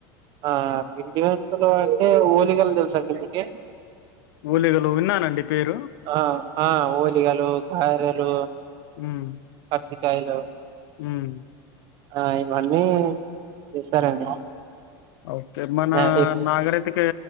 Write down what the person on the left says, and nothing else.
ఓలిగలు విన్నానండి పేరు.
ఉమ్
ఉమ్
ఓకే మన
నాగరతే